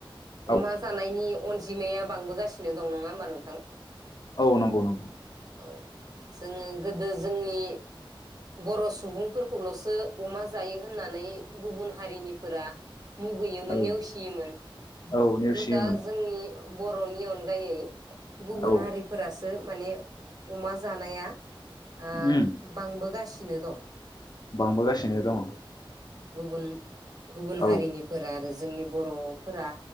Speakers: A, on the left; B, on the right.
A: औ
B: अमा जानाय नि अनजिमाया बांबोगासिनो दं नङा होमबा नोंथां?
A: औ नंगौ नंगौ।
B: औ जोङो गोदो जोंनि बर' सुबुंफोरखौल'सो अमा जायो होननानै गुबुन हारिनिफोरा मुगैयोमोन
A: औ
B: नेवसियोमोन।
A: औ नेवसियोमोन
B: <unintelligible> दा जोंनि बर'नि अनगायै गुबुन
A: औ
B: हारिफोरासो माने अमा जानाया ओ
A: उम
B: बांबोगासिनो नो दं
A: बांबोगासिनो दङ
B: गुबन गुबुन हारिनिफोरा
A: औ
B: आरो जोंनि बर'फोरा